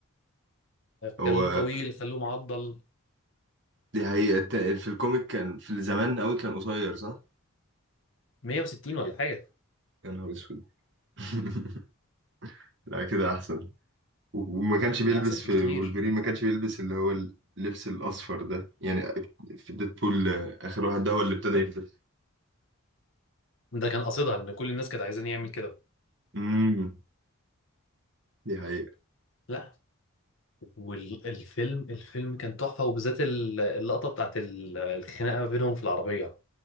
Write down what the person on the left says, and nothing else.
خلوه طويل خلوه معضل
160 ولا حاجه
احسن بكتير
ده كان قصدها لان كل الناس كانت عايزين يعمل كده
لا والفيلم الفيلم كان تحفه وبالذات ال- اللقطه بتاعت ال- الخناقه ما بينهم في العربيه